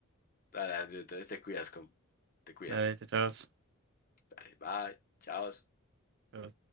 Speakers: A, on the left; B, on the right.
A: Dale, Andrew, entonces te cuidas, con... te cuidas.
B: Dale, chao, chao.
A: Dale, bye, chao.
B: Chao.